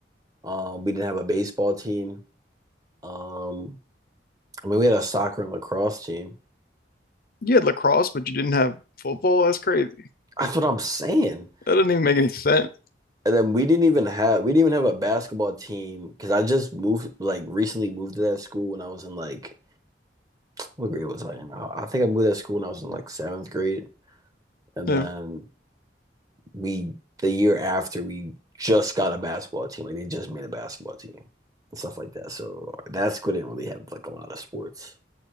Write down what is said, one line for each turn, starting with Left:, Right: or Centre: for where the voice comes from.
Right: Um, we didn't have a baseball team. Um, I mean, we had a soccer and lacrosse team.
Left: You had lacrosse, but you didn't have football. That's crazy.
Right: That's what I'm saying.
Left: That doesn't even make any sense.
Right: And then we didn't even have we didn't even have a basketball team because I just moved like recently moved to that school when I was in like what grade was I in? I I think I moved to that school when I was in like seventh grade, and
Left: Yeah,
Right: then we the year after we just got a basketball team. Like they just made a basketball team and stuff like that. So that school didn't really have like a lot of sports